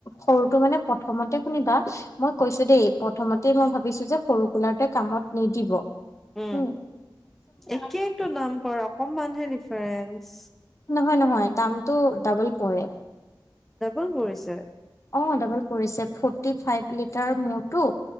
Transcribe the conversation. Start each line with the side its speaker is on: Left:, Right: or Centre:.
Left: সৰুটো মানে প্ৰথমতে শুনিবা মই কৈছো দেই, প্ৰথমতে মই ভাবিছো যে সৰু কোলাৰটোৱে কামত নিদিব হুম
Centre: উম একেইতো দাম পৰে, অকনমানহে ডিফাৰেঞ্চ
Left: নহয়, নহয, দামটো ডাবল পৰে।
Centre: ডাবোল পৰিছে?
Left: অ', ডাবল পৰিছে, ফৰ্টি ফাইভ লিটাৰ মূৰটো।